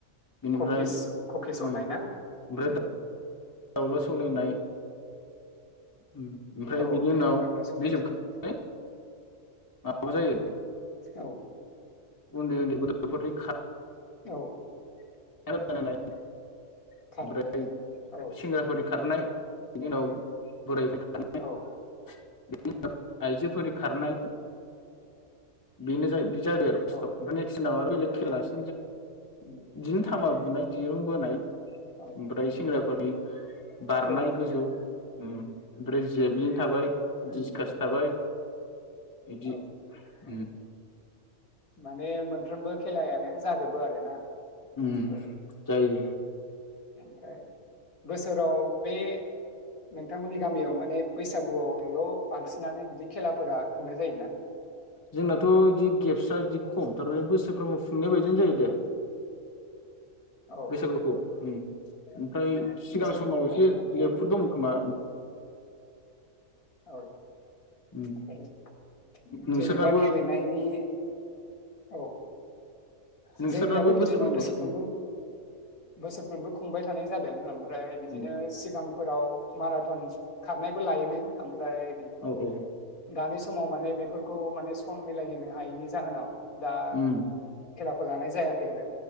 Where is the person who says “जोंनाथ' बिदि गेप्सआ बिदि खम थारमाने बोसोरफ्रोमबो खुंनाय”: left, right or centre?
Left